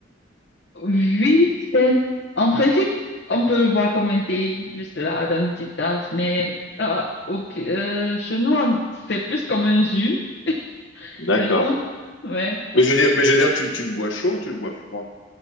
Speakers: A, on the left (about 60°); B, on the left (about 85°).
A: Oui, c'est, en principe, on peut le boire comme un thé, juste là, dans une petite tasse, mais euh, au- euh, chez nous, on- c'est plus comme un jus.
B: D'accord.
A: Les gens, ouais.
B: Mais je veux dire, mais je veux dire tu, tu le bois chaud, tu le bois froid.